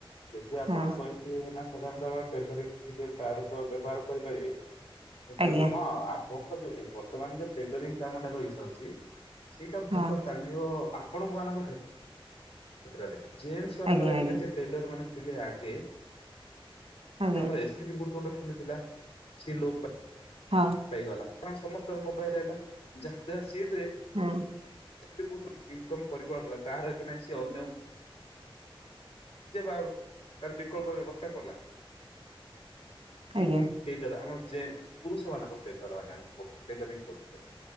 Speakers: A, on the left; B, on the right.
A: ଯଦି ଆପଣ
B: ହଁ
A: ବଈଥୀବ ନା ଟେଲରିଙ୍ଗ ଶିଖିଥିବେ ତାର ବ୍ୟବହାର କରିପାରିବେ କିନ୍ତୁ
B: ଆଜ୍ଞା
A: ହଁ। ହଁ କ ବର୍ତ୍ତମାନ ଯେ ଟେଲରିଂ କାମଟା ରହିଥାଉଛି ସେଇଟା ଭଲ
B: ହଁ
A: ଚାଲିିବ। ଆପ୍ ଆପଣ ମାନଙ୍କ କ୍ଷେତ୍ରରେ ଜେନସ୍ ମାନଙ୍କର
B: ଆଜ୍ଞା
A: ଏବେ
B: ଆଜ୍ଞା
A: ଯେ ଟେଲର ମାନେ ଥିଲେ ଆଗେ
B: ଆଜ୍ଞା
A: ସେ ଆମର ଏସ୍ଟିଡି ବୁତଟ ଖୋଲିଥିଲା ସେ ଲୋପ ପାଇ
B: ହଁ
A: ପାଇଗଲା କାରଣ ସମସ୍ତଙ୍କ ମୋବାଇଲ ହେଲା ଯାହା ଦ୍ଵାରା
B: ହୁଁ।
A: ଥି ବହୁତ ଇନକମ୍ କରିପାରୁଥିଲା ତାହାର ଏବେ ନାହିଁ ସିଏ ଅନ୍ୟ ଯେ ବାର ତା ବିକଳ୍ପ ବ୍ୟବସ୍ଥା କଲା। ଠିକ
B: ଆଜ୍ଞା
A: ସେଇଟାର ଆମର ଯେ ପୁରୁଷମାନଙ୍କ ଟେଲର ଟେଲରିଂ କରଥିଲେ।